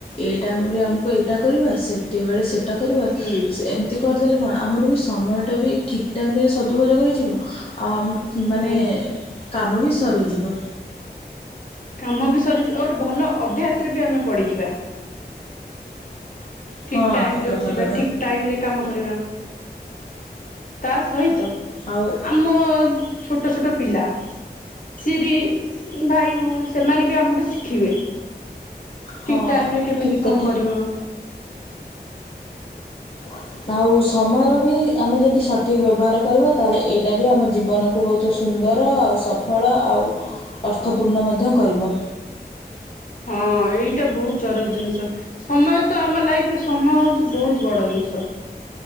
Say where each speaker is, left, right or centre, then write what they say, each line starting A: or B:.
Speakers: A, on the left; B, on the left.
A: ଏଇ ଟାଇମ୍ ରେ ଆମକୁ ଏଇଟା କରିବା ସେ ସେତିକି ବେଳେ ସେଟା କରିବା
B: ହୁଁ
A: ସେମ କରିଦେଲେ କଣ ଆମର ବି ସମୟଟା ବି ଠିକ୍ ଟାଇମ ରେ ସଦୁପ ଯୋଗ ହେଇଯିବ ଆଉ ଆମକୁ ଉଁ
B: ହୁଁ
A: ମାନେ କାମ ବି ସରିଯିବ।
B: କାମ ବି ସରିଯିବ ଆଉ ଗୋଟେ ଭଲ ଅଭ୍ୟାସ ରେ ବି ଆମେ ପଡିିଯିବା। ଠିକ୍
A: ହଁ
B: ଟାଇମ୍ ରେ
A: କଥା
B: ଉଠିବା
A: କହିଲ
B: ଠିକ୍ ଟାଇମ୍ ରେ କାମ କରିବା ତା ସହିତ।
A: ଆଉ।
B: ଆମ ଛୋଟ ଛୋଟ ପିଲା। ସିଏ ବି ଉଁ ଭାଇ, ଭଉଣୀ ସେମାନେ ବି ଆମ ଠୁ ଶିଖିବେ।
A: ହଁ
B: ଠିକ୍ ଟାଇମ୍ ରେ କେମିତି
A: ଠିକ୍ କଥା
B: କଣ କରିବ?
A: <unintelligible> ଆଉ ସମୟର ବି ଆମେ ଯଦି ସଠିକ୍ ବ୍ୟବହାର କରିବା ତା ହେଲେ ଏଇଟା ବି ଆମ ଜୀବନକୁ ବହୁତ ସ ସୁନ୍ଦର ଆଉ ସଫଳ ଆଉ ଅର୍ଥପୂର୍ଣ୍ଣ ମଧ୍ୟ କରିବ।
B: ହଁ ଏଇଟା ବହୁତ ଜରୁରୀ ଜିନିଷ। ସମୟ ତ ଆମ ଲାଇଫ ରେ ସମୟ ହଉଛି ବହୁତ ବଡ ଜିନିଷ।